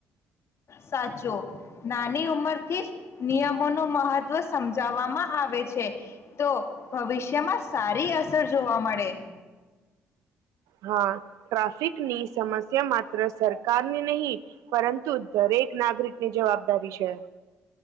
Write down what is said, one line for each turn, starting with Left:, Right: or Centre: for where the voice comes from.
Left: સાચો નાની ઉંમર થી જ નિયમોનું મહત્વ સમજાવવામાં આવે છે. તો ભવિષ્યમાં સારી અસર જોવા મળે.
Right: હા ટ્રાફિકની સમસ્યા માત્ર સરકારની નહી પરંતુ દરેક નાગરિકની જવાબદારી છે.